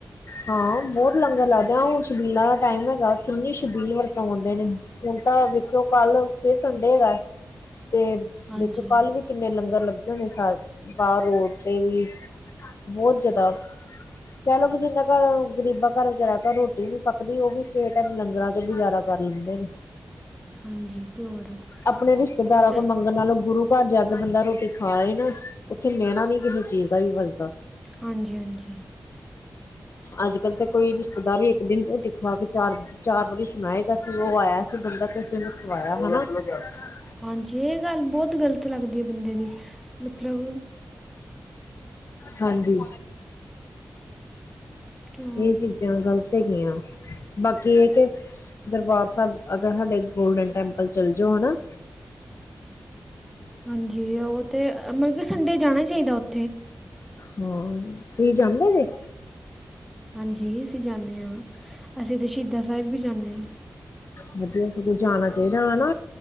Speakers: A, on the left; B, in the centre.
A: ਹਾਂ ਬਹੁਤ ਲੰਗਰ ਲੱਗਦੇ ਆ ਹੁਣ ਛਬੀਲਾਂ ਦਾ ਟਾਈਮ ਹੈਗਾ ਕਿੰਨੀ ਸ਼ਬੀਲ ਵਰਤਾਂਉਂਦੇ ਨੇ ਹੁਣ ਤਾਂ ਵੇਖਿਓ ਕੱਲ ਫਿਰ ਸੰਡੇ ਹੈਗਾ। ਅਤੇ
B: ਹਾਂਜੀ
A: ਦੇਖੋ ਕੱਲ ਵੀ ਕਿੰਨੇ ਲੰਗਰ ਲੱਗੇ ਹੋਣੇ ਸ ਬਾਹਰ। ਰੋਡ ਤੇ ਵੀ ਬਹੁਤ ਜ਼ਿਆਦਾ ਕਹਿ ਲਓ ਕਿ ਜਿੰਨਾ ਘਰ ਗ਼ਰੀਬਾਂ ਘਰ ਵਿਚਾਰਾ ਘਰ ਰੋਟੀ ਨੀ ਪੱਕਦੀ ਉਹ ਵੀ ਕਿਸੇ ਟਾਈਮ ਲੰਗਰਾਂ ਚੋ ਗੁਜ਼ਾਰਾ ਕਰ ਲੈਂਦੇ ਨੇ।
B: ਹਾਂਜੀ, ਅਤੇ ਹੋਰ
A: ਆਪਣੇ ਰਿਸ਼ਤੇਦਾਰਾਂ
B: ਅਤੇ
A: ਕੋਲ ਮੰਗਣ ਨਾਲੋਂ ਗੁਰੂ ਘਰ ਜਾ ਕੇ ਬੰਦਾ ਰੋਟੀ ਖਾ ਆਏ ਨਾ ਉੱਥੇ ਮਹਿਣਾ ਵੀ ਨੀ ਕਿਸੇ ਚੀਜ਼ ਦਾ ਵਜਦਾ।
B: ਹਾਂਜੀ, ਹਾਂਜੀ।
A: ਅੱਜ- ਕਲ ਤਾਂ ਕੋਈ ਰਿਸ਼ਤੇਦਾਰ ਵੀ ਇੱਕ ਦਿਨ ਰੋਟੀ ਖਵਾ ਕੇ ਚਾਰ -ਚਾਰ ਵਾਰੀ ਸੁਣਾਏਗਾ ਸੀ ਉਹ ਆਇਆ ਸੀ ਬੰਦਾ ਤੇ ਅਸੀਂ ਉਹਨੂੰ ਖਵਾਇਆ ਹੈਨਾ। <unintelligible>
B: ਹਾਂਜੀ ਇਹ ਗੱਲ ਬਹੁਤ ਗ਼ਲਤ ਲੱਗਦੀ ਐ। ਬੰਦੇ ਦੀ ਮਤਲਬ
A: ਹਾਂਜੀ,
B: ਅਤੇ ਹੋਰ
A: ਇਹ ਚੀਜ਼ਾਂ ਗ਼ਲਤ ਹੈਗੀਆਂ ਬਾਕੀ ਇਹ ਕਿ ਦਰਬਾਰ ਸਾਹਿਬ ਅਗਰ ਸਾਡੇ ਗੋਲਡਨ ਟੈਂਪਲ ਚੱਲ ਜਾਓ ਨਾ
B: ਹਾਂਜੀ ਉਹ ਤੇ ਮਤਲਬ ਕਿ ਸੰਡੇ ਜਾਣੇ ਸੀ ਦ <unintelligible>
A: ਹੋਰ ਤੁਸੀਂ ਜਾਂਦੇ ਜੇ
B: ਹਾਂਜੀ ਅਸੀਂ ਜਾਂਦੇ ਹਾਂ ਅਸੀਂ ਤਾਂ ਸ਼ਹੀਦਾਂ ਸਾਹਿਬ ਵੀ ਜਾਂਦੇ ਹਾਂ
A: ਵਧੀਆ ਜਾਣਾ ਚਾਹੀਦਾ ਹਨਾ